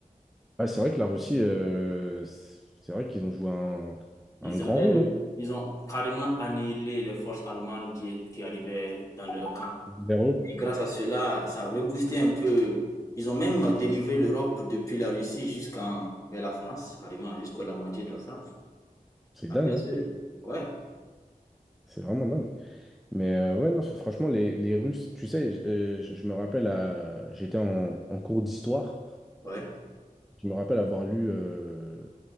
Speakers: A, in the centre; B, on the left (about 25°).
A: Ah, c'est vrai que la Russie, euh, c'est c'est vrai qu'ils ont joué un,
B: Ils
A: un grand
B: avaient
A: rôle,
B: le,
A: hein,
B: ils ont carrément annihilé les forces allemandes qui, est qui arrivaient dans leur camp.
A: vers eux.
B: Et grâce à cela, ça a reboosté un peu. Ils ont même délivré l'Europe depuis la Russie jusqu'en, vers la France, carrément, jusqu'à la moitié de la France.
A: C'est
B: À
A: dingue,
B: eux
A: hein?
B: seuls. Ouais,
A: C'est vraiment dingue. Mais euh, ouais, non, f- franchement, les, les Russes, tu sais, j- euh, j- je, me rappelle, à- j'étais en, en cours d'histoire,
B: ouais.
A: je me rappelle avoir lu, euh,